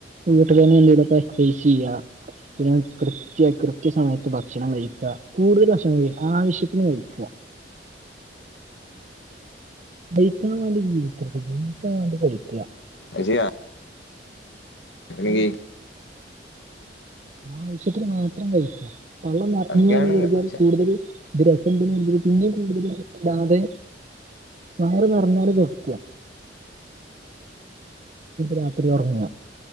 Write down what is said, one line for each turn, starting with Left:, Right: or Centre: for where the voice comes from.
Right: വീട്ടിൽ തന്നെ എന്റേലോക്കാ എക്സെർസൈസ് ചെയ്യുക കൃത്യ കൃത്യ സമയത്ത് ഭക്ഷണം കഴിക്കുക കൂടുതല് ഭക്ഷണംകഴി ആവശ്യത്തിന് കഴിക്കുക കഴിക്കാൻ വേണ്ടി ജീവിക്കരുത് ജീവിക്കാൻ വേണ്ടി കഴിക്കുക
Left: അത് ശെരിയാ അല്ലെങ്കി
Right: ആവശ്യത്തിന് മാത്രം കഴിക്കുക പള്ള നിറഞ്ഞൂന്ന്
Left: അതൊക്കെയാണ്
Right: കഴിഞ്ഞാൽ
Left: പക്ഷെ
Right: കൂടുതല് <unintelligible> ഇല്ലാതെ വയറ് നിറഞ്ഞാല് നിർത്തുക രാത്രി ഉറങ്ങുക